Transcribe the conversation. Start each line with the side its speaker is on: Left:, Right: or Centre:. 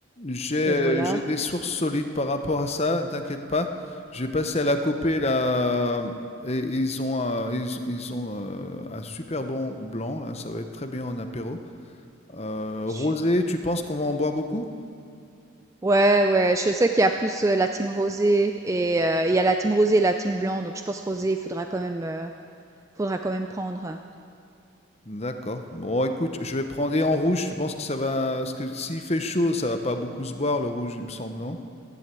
Left: J'ai euh,
Right: et voilà.
Left: j'ai des sources solides par rapport à ça, t'inquiète pas. J'ai passé à la Copé là et ils ont un, ils, ils ont euh, un super bon blanc là, ça va être très bien en apéro. Euh,
Right: Je
Left: rosé,
Right: suis
Left: tu penses qu'on va en boire beaucoup?
Right: ouais, ouais, je sais qu'il y a plus, heu, la team rosé et heu, il y a la team rosé et la team blanc, donc je pense rosé, il faudra quand même, heu, faudra quand même prendre.
Left: D'accord. Bon, écoute, je vais prendre et en rouge, tu penses que ça va parce que s'il fait chaud, ça va pas beaucoup se boire le rouge, il me semble, non?